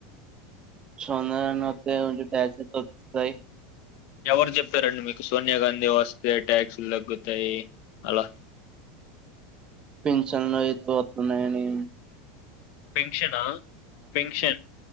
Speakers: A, on the right (about 25°); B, on the left (about 60°).
A: సోనియాగండి వస్తేయ్ కొచం టాగ్స్ తాగుతాయి
B: ఎవరు చెప్పారండి. మీకు సోనియా గాంధీ వస్తే ట్యాక్స్లు తగ్గుతాయి అలా
A: పింఛన్లు అయితు వత్తున్నాయని
B: పెన్షనా పెన్షన్